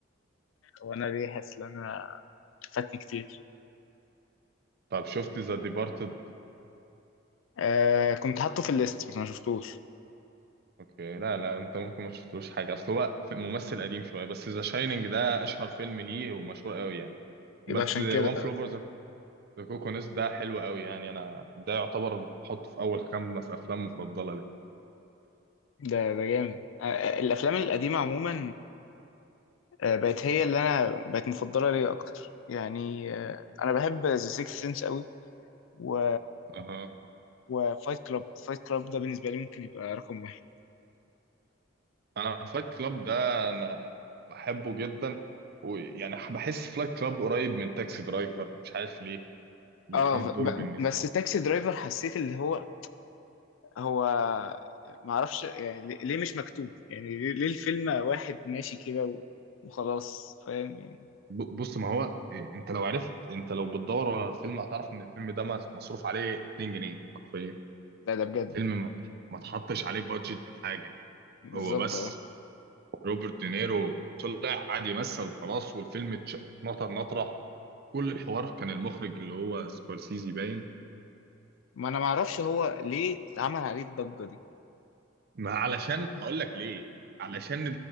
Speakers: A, on the left; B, on the right.
A: وانا ليه حاسس ان انا فاتني كتير
B: طب شفت ذا ديبارتد
A: آه كنت حاطه في الليست بس ما شفتوش
B: اوكي لا لا انت ممكن ما شفتلوش حاجه اصل هو في- ممثل قديم شويه بس ذا شاينينج ده اشهر فيلم ليه ومشهور قوي يعني
A: يبقى
B: بس
A: عشان
B: وان
A: كده
B: فل اوفر ذا كوكونس ده حلو قوي يعني انا ده يعتبر بحطه في اول خمس افلام مفضله لي
A: ده ده جامد آه، آه، الافلام
B: اه
A: القديمه عموما آه، بقت هي اللي انا بقت مفضله ليا اكتر يعني آه، انا بحب ذا سيكس سنس قوي و
B: اها
A: وفايت كلاب فايت كلاب ده بالنسبه لي ممكن يبقى رقم واحد
B: انا فلايت كلاب ده انا بحبه جدا ويعني بحس فلايت كلاب قريب من تاكسي درايفر مش عارف ليه الاتنين
A: اه
B: دول
A: ب...
B: بالنسبه
A: بس تاكسي درايفر حسيت اللي هو هو ما اعرفش يعني ليه ليه مش مكتوب يعني ليه ليه الفيلم واحد ماشي كده و... وخلاص فاهم يعني
B: ب- بص ما هو إيه، انت لو عرفت انت لو بتدور على الفيلم هتعرف ان الفيلم ده مس- مصروف عليه 2 جنيه حرفيا
A: ده ده بجد
B: فيلم ما ما تحطش عليه بادجت بحاجه
A: بالظبط
B: هو بس
A: اه
B: روبرت دينيرو طلع قعد يمثل وخلاص والفيلم اتش- اتنطر نطره كل الحوار كان المخرج اللي هو سكورسيزي باين
A: ما انا ما اعرفش هو ليه اتعمل عليه الضجه دي
B: ما علشان هقول لك ليه علشان